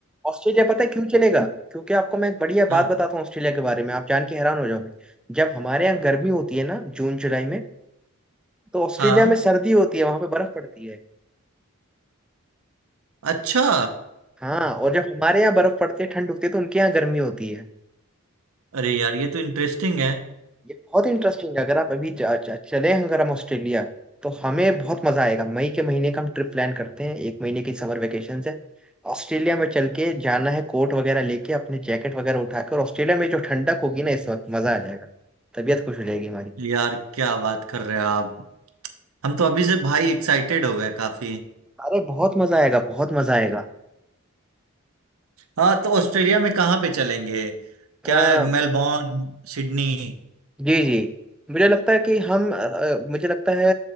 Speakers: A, in the centre; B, on the right (about 80°).
A: ऑस्ट्रेलिया पता है क्यों चलेगा क्योंकि आपको मैं एक बढ़िया
B: हाँ
A: बात बताता हूँ ऑस्ट्रेलिया के बारे में आप जान के हैरान हो जाओगे जब हमारे यहाँ गर्मी होती है ना जून जुलाई में तो ऑस्ट्रेलिया
B: हाँ
A: में सर्दी होती है वहां पे बर्फ पड़ती है
B: अच्छा
A: हाँ और जब हमारे यहाँ बर्फ पड़ती है ठंड होती है तो उनके यहाँ गर्मी होती है
B: अरे यार ये तो इंटरेस्टिंग है
A: ये बहुत इंटरेस्टिंग है अगर आप अभी जा- जा- चले अगर हम ऑस्ट्रेलिया तो हमें बहुत मजा आएगा मई के महीने का हम ट्रिप प्लान करते हैं एक महीने की समर वेकेशन है ऑस्ट्रेलिया में चल के जाना है कोट वगैरह लेके अपने जैकेट वगैरह उठा के और ऑस्ट्रेलिया में जो ठंडक होगी ना इस वक्त मजा आ जाएगा तबीयत खुश हो जाएगी हमारी
B: यार क्या बात कर रहे हो आप हम तो अभी से भाई एक्साइटेड हो गए काफी
A: अरे बहुत मजा आएगा बहुत मजा आएगा
B: हाँ तो ऑस्ट्रेलिया में कहाँ पे चलेंगे
A: आ,
B: क्या है मेलबोर्न सिडनी
A: जी जी मुझे लगता है कि हम अ, मुझे लगता है